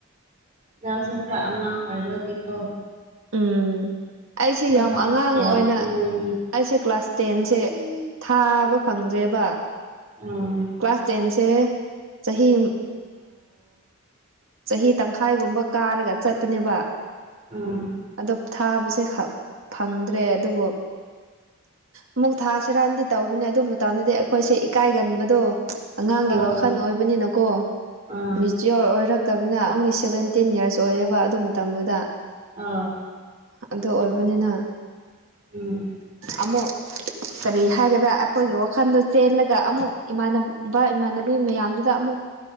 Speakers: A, on the right; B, on the right.
A: ꯌꯥꯎ ꯁꯥꯐ꯭ꯔꯥ ꯑꯃꯃ ꯍꯕꯖꯤꯀꯣ
B: ꯎꯝ ꯑꯩꯁꯦ ꯌꯥꯝ
A: ꯅꯪ
B: ꯑꯉꯥꯡ ꯑꯣꯏꯅ
A: ꯎꯝ
B: ꯑꯩꯁꯦ ꯀ꯭ꯂꯥꯁ ꯇꯦꯟꯁꯦ ꯊꯥꯕ ꯐꯪꯗ꯭ꯔꯦꯕ
A: ꯎꯝ
B: ꯀ꯭ꯂꯥꯁ ꯇꯦꯟꯁꯦ ꯆꯍꯤ ꯆꯍꯤ ꯇꯪꯈꯥꯏꯒꯨꯝꯕ ꯀꯥꯔꯒ ꯆꯠꯄꯅꯦꯕ
A: ꯎꯝ
B: ꯑꯗꯣ ꯊꯥꯕꯁꯦ ꯈ ꯐꯪꯗ꯭ꯔꯦ ꯑꯗꯨꯕꯨ ꯑꯃꯨꯛ ꯊꯥꯥꯁꯔꯥꯟꯗꯤ ꯇꯧꯕꯅꯦ ꯑꯗꯨ ꯃꯇꯝꯗꯗꯤ ꯑꯩꯈꯣꯏꯁꯦ ꯏꯀꯥꯏꯒꯟꯕꯗꯣ ꯑꯉꯥꯡꯒꯤ
A: ꯑꯥ
B: ꯋꯥꯈꯜ ꯑꯣꯏꯕꯅꯤꯅꯀꯣ
A: ꯑꯥ
B: ꯃꯤ ꯆꯔꯣ ꯑꯣꯏꯔꯛꯇꯅꯤꯅ ꯑꯣꯡꯂꯤ ꯁꯕꯦꯟꯇꯤꯟ ꯏꯌꯔꯁ ꯑꯣꯏꯌꯦꯕ ꯑꯗꯨ ꯃꯇꯝꯗꯨꯗ
A: ꯑꯥ
B: ꯑꯗꯨ ꯑꯣꯏꯕꯅꯤꯅ
A: ꯎꯝ
B: ꯑꯃꯨꯛ ꯀꯔꯤ ꯍꯥꯏꯒꯗ꯭ꯔꯥ ꯑꯩꯈꯣꯏꯒꯤ ꯋꯥꯈꯜꯗꯣ ꯆꯦꯜꯂꯒ ꯑꯃꯨꯛ ꯏꯃꯥꯟꯅꯕ ꯏꯃꯥꯟꯅꯕꯤ ꯃꯌꯥꯝꯗꯨꯗ ꯑꯃꯨꯛ